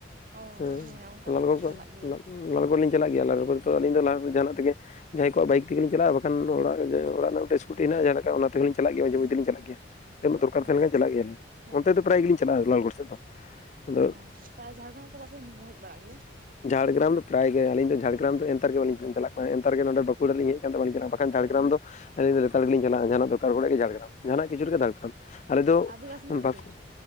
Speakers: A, on the right; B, on the left.
A: ᱚ
B: ᱦᱩᱸ,
A: ᱦᱮᱸ ᱚᱱᱠᱟ ᱛᱮᱜᱮᱞᱮ
B: ᱞᱟᱞᱜᱚᱲ ᱠᱚᱦᱚᱸ,
A: ᱪᱟᱞᱟᱜ ᱜᱮᱭᱟ
B: ᱞᱟᱞᱻ ᱞᱟᱞᱜᱚᱲ ᱞᱤᱧ ᱪᱟᱞᱟᱜ ᱜᱮᱭᱟ, ᱞᱟᱞᱜᱚᱲ ᱫᱚ ᱟᱹᱞᱤᱧ ᱫᱚ ᱞᱟᱦᱟ ᱫᱚ ᱡᱟᱦᱟᱸᱱᱟᱜ ᱛᱮᱜᱮ ᱡᱟᱦᱟᱸᱭ ᱠᱚᱣᱟᱜ ᱵᱟᱹᱭᱤᱠ ᱛᱮᱜᱮ ᱞᱤᱧ ᱪᱟᱞᱟᱜᱼᱟ, ᱵᱟᱠᱷᱟᱱ ᱫᱚ ᱚᱱᱟ ᱡᱟᱭᱦᱩ ᱚᱲᱟᱜ ᱨᱮᱱᱟᱜ ᱢᱤᱫᱴᱮᱡ ᱤᱥᱠᱩᱴᱤ ᱦᱮᱱᱟᱜᱼᱟ, ᱡᱟᱦᱟᱸ ᱞᱮᱠᱟ ᱚᱱᱟ ᱛᱮᱜᱮ ᱞᱤᱧ ᱪᱟᱞᱟᱜ ᱜᱮᱭᱟ ᱡᱮᱢᱚᱱ
A: ᱦᱮᱸ
B: ᱛᱮᱞᱤᱧ ᱪᱟᱞᱟᱜ
A: ᱦᱮᱸ
B: ᱜᱮᱭᱟ, ᱡᱮ ᱦᱤᱞᱚᱜ ᱫᱚᱨᱠᱟᱨ
A: ᱚ
B: ᱛᱟᱦᱮᱸᱱ
A: ᱟᱪᱪᱷᱟ
B: ᱠᱷᱟᱱ ᱪᱟᱞᱟᱜ ᱜᱮᱭᱟᱞᱤᱧ᱾
A: ᱦᱮᱸ
B: ᱚᱱᱛᱮ ᱫᱚ ᱯᱨᱟᱭ
A: ᱦᱮᱸ
B: ᱜᱮᱞᱤᱧ ᱪᱟᱞᱟᱜ ᱮᱠᱞᱟᱲ ᱜᱚᱲ ᱥᱮᱫ ᱫᱚ, ᱟᱫᱚ
A: ᱚ ᱛᱟ ᱡᱷᱟᱲᱜᱨᱟᱢ ᱠᱚ ᱵᱟᱯᱮ ᱦᱮᱡ ᱵᱟᱲᱟᱜ ᱜᱮᱭᱟ
B: ᱡᱷᱟᱲᱜᱮᱨᱟᱢ ᱫᱚ ᱯᱟᱨᱟᱭ ᱜᱮ, ᱟᱹᱞᱤᱧ ᱫᱚ ᱡᱷᱟᱲᱜᱮᱨᱟᱢ ᱫᱚ ᱮᱸᱛᱟᱨ ᱜᱮ ᱵᱟᱹᱞᱤᱧ ᱪᱟᱞᱟᱜ ᱠᱟᱱᱟ, ᱮᱸᱛᱟᱨ ᱜᱮ ᱱᱚᱰᱮ ᱵᱟᱹᱠᱩᱸᱲᱟ ᱞᱤᱧ ᱦᱮᱡ ᱟᱠᱟᱱ ᱛᱮ ᱵᱟᱹᱞᱤᱧ ᱪᱟᱞᱟᱜᱼᱟ, ᱵᱟᱠᱷᱟᱱ ᱡᱷᱟᱲᱜᱮᱨᱟᱢ ᱫᱚ ᱟᱹᱞᱤᱧ ᱫᱚ ᱞᱮᱛᱟᱲ ᱜᱮᱞᱤᱧ ᱪᱟᱞᱟᱜᱼᱟ ᱡᱟᱦᱟᱸᱱᱟᱜ ᱫᱚᱨᱠᱟᱨ ᱯᱟᱲᱟᱜᱼᱟ ᱡᱷᱟᱲᱜᱮᱨᱟᱢ, ᱡᱟᱦᱟᱸᱱᱟᱜ ᱜᱮ ᱡᱩᱨ ᱜᱮ ᱫᱟᱹᱲ ᱠᱷᱟᱱ? ᱟᱞᱮ ᱫᱚᱜ
A: ᱟᱹᱫᱤᱵᱟᱹᱥᱤ
B: ᱵᱟᱹᱠᱩ
A: ᱢᱟᱨᱠᱮᱴ